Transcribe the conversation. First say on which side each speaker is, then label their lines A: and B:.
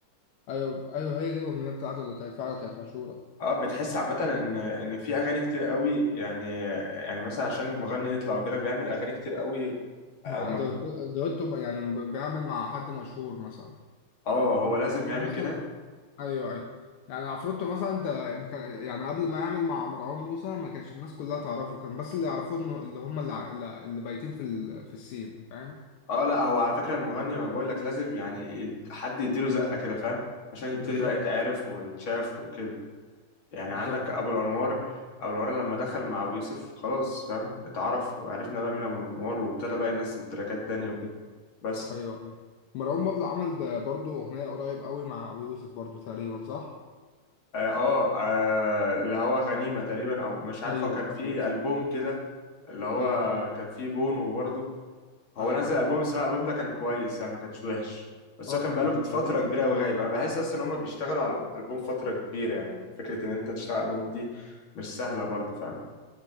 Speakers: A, on the left; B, on the left.
A: ايوه ايوه هي دي الاغنيه بتاعته اللي كانت فعلا كانت مشهوره
B: أه بتحس عامة إن إن في أغاني كتير قوي يعني يعني مثلا عشان مغني يطلع وكده بيعمل أغاني كتير قوي آه
A: مع
B: ما-
A: دويتو دويتو يعني بيعمل مع حد مشهور مثلا
B: آه، هو لازم يعمل
A: مثلا
B: كده
A: ايوه ايوه يعني عفروتو مثلا انت ما كان- يعني قبل ما يعمل مع مروان موسى ما كانش الناس كلها تعرفه كان بس اللي يعرفوه انه اللي هم اللي ع- اللي اللي بايتين في ال... في السين فاهم
B: اه لا هو على فكرة المغني ما بقول لك لازم يعني يد- حد يديله زقة كده فاهم عشان يبتدي
A: بالظبط
B: بقى يتعرف ويتشاف وكده يعني
A: بالظبط
B: عندك ابو الانوار ابو الانوار لما دخل مع ابو يوسف خلاص فاهم اتعرف وعرفنا بقى مين ابو الانوار وابتدى بقى ينزل تراكات تانية وكده بس
A: ايوه ايوه مروان بابلو عمل ده برضو اغنيه قريب قوي مع ابو يوسف برضو تقريبا صح
B: اه آه، آه، اللي هو غنيمة تقريبا او مش عارف
A: ايوه
B: هو كان فيه
A: ايوه
B: ألبوم كده اللي هو
A: ايوه ايوه
B: كان فيه بونو برضه هو
A: ايوه
B: نزل
A: ايوه
B: البوم الصراحه الالبوم ده كان كويس يعني ما كانش وحش بس
A: اه
B: هو كان
A: كان
B: بقاله
A: في
B: فتره
A: البرازيل
B: كبيره قوي غايب انا بحس اصلا ان هم بيشتغلوا على الالبوم فتره كبيره يعني فكره ان انت تشتغل على الالبوم دي مش سهله برضه فاهم